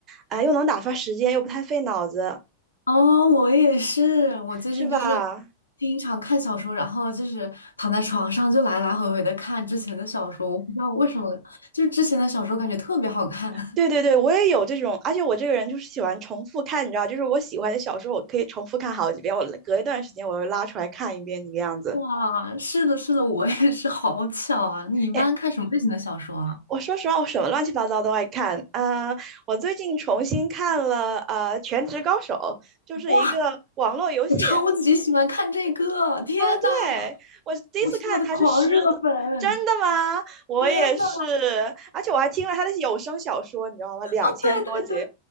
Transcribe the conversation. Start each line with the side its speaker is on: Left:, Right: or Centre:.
Right: 啊、又能打发时间，又不太费脑子，
Left: 哦，我也是。我最近就是
Right: 是吧？啊，
Left: 经常看小说，然后就是躺在床上就来来回回的看之前的小说。我不知道为什么，就是之前的小说感觉特别好看。<laughs>
Right: 对对对，我也有这种，而且我这个人就是喜欢重复看，你知道，就是我喜欢的小说，我可以重复看好几遍，我隔一段时间我又拉出来看一遍，这个样子。
Left: 哇，是的，是的，我也是，好巧啊！你一般看什么类型的小说啊？
Right: 哎我说实话，我什么乱七八糟都爱看啊、呃我最近重新看了呃《全职高手》，就是一个网络游戏。
Left: 哇，我超级喜欢看这个！
Right: 啊。
Left: 天呐，
Right: 对，我第一次看还是十，
Left: 我是他的狂热粉，
Right: 真的吗？我也是，
Left: 真的。
Right: 而且我还听了他的有声小说，你知道吗？两千多集，
Left: 哦，对对对